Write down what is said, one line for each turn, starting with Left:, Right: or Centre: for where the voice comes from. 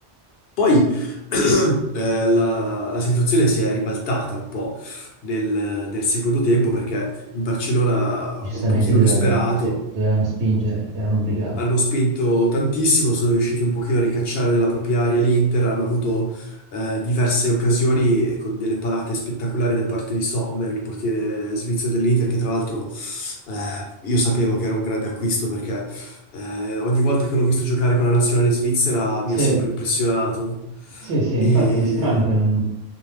Left: Poi <clears throat> eh, la, la situazione si è ribaltata un po' nel, nel secondo tempo perché il Barcellona
Right: Giustamente
Left: un pochino
Right: dovevano,
Left: disperato
Right: sì, dovevano spingere, erano obbligati.
Left: hanno spinto tantissimo, sono riusciti un pochino a ricacciare nella propria area l'Inter, hanno avuto eh, diverse occasioni con delle parate spettacolari da parte di Sommer, il portiere svizzero dell'Inter, che tra l'altro eh, io sapevo che era un grande acquisto perché eh, ogni volta che l'ho visto giocare con la nazionale svizzera mi
Right: Sì,
Left: ha sempre impressionato.
Right: sì, sì, infatti
Left: E
Right: è strano che non,